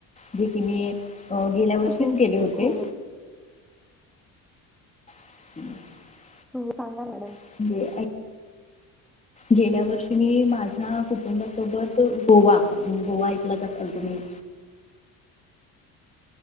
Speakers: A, on the left; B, in the centre.
A: जे की मी अ गेल्या
B: हो
A: गेले होते.
B: हो हो
A: <unintelligible>
B: हो, हो सांगा मॅडम.
A: म्हणजे गेल्या वर्षी मी माझ्या कुटुंबासोबत गोवा गोवा ऐकलाच असाल तुम्ही